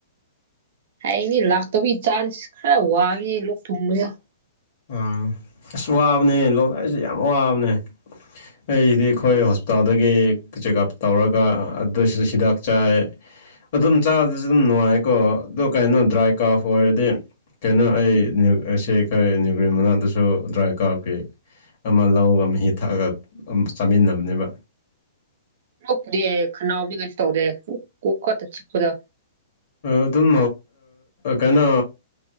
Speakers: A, on the right (about 40°); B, on the left (about 35°).
A: ꯍꯥꯏꯅꯦ ꯂꯥꯛꯇꯕꯒꯤ ꯆꯥꯟꯁ ꯈꯔ ꯋꯥꯉꯦ ꯂꯣꯛ ꯊꯨꯡꯕꯗ
B: ꯎꯝ ꯑꯁ ꯋꯥꯕꯅꯦ ꯂꯧꯣꯛꯔꯥꯛꯏꯁꯦ ꯌꯥꯝ ꯋꯥꯕꯅꯦ ꯑꯩꯁꯤꯗꯤ ꯑꯩꯈꯣꯏ ꯍꯣꯁꯄꯤꯇꯥꯜꯗꯒꯤ ꯆꯦꯛꯑꯞ ꯇꯧꯔꯒ ꯑꯗꯨꯏꯁꯤꯗ ꯍꯤꯗꯥꯛ ꯆꯥꯏ ꯑꯗꯨꯝ ꯆꯥꯕꯗꯁꯨ ꯑꯗꯨꯝ ꯅꯨꯡꯉꯥꯏꯀꯣ ꯑꯗꯨꯣ ꯀꯩꯅꯣ ꯗ꯭ꯔꯥꯏ ꯀꯥꯐ ꯑꯣꯏꯔꯗꯤ ꯀꯩꯅꯣ ꯑꯩꯁ ꯑꯩꯈꯣꯏ ꯅ꯭ꯌꯨꯒ꯭ꯔꯤ ꯃꯅꯥꯗꯁꯨ ꯗ꯭ꯔꯥꯏ ꯀꯥꯔꯈꯤ ꯑꯃ ꯂꯧꯔꯒ ꯃꯍꯤ ꯊꯛꯑꯒ ꯆꯥꯃꯤꯟꯅꯕꯅꯦꯕ
A: ꯂꯞꯗꯤꯦ ꯈꯅꯥꯕꯤ ꯀꯁ ꯇꯧꯗꯦ ꯆꯤꯄꯗ
B: ꯑꯗꯨꯝ ꯀꯩꯅꯣ